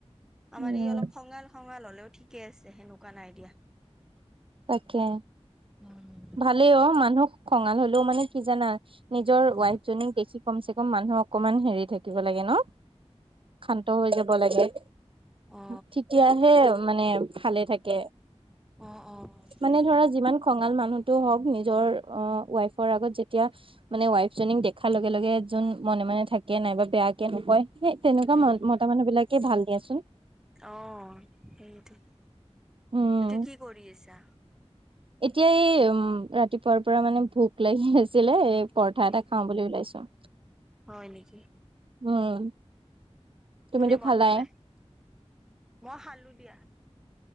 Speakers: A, in the centre; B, on the right (about 55°).
A: আমাৰ
B: উম।
A: ই অলপ খঙাল খঙাল হ'লেও ঠিকে আছে। হেনেকুৱা নাই দিয়া।
B: তাকে।
A: উম।
B: ভালেই অ মানুহক খঙাল হ'লেও মানে কি জানা, নিজৰ
A: অ
B: ৱাইফ জনীক দেখি কম চে কম মানুহ অকমান হেৰি থাকিব লাগে ন, শান্ত হৈ যাব লাগে।
A: অ অ
B: তেতিয়াহে মানে ভালে থাকে।
A: অ অ উম!
B: মানে ধৰা যিমান খঙাল মানুহতটো হওক নিজৰ ৱাইফৰ আগত যেতিয়া মানে ৱাইফ জনীক দেখাৰ লগে লগে যোন মনে মনে থাকে নাইবা বেয়াকে নকয় সেই তেনেকুৱা
A: উম
B: ম মতা মানুহ বিলাকে ভাল দিয়াচোন
A: অ সেইটো
B: উম
A: এতিয়া কি কৰি আছা?
B: এতিয়া এই উম ৰাতিপুৱাৰ পৰা মানে ভোক লাগি আছিলে এই পৰঠা
A: উম
B: এটা খাওঁ বুলি ওলাইছো।
A: হয় নেকি?
B: উম। তুমিতো
A: কোনে বনালে?
B: খালাই
A: মই খালো দিয়া।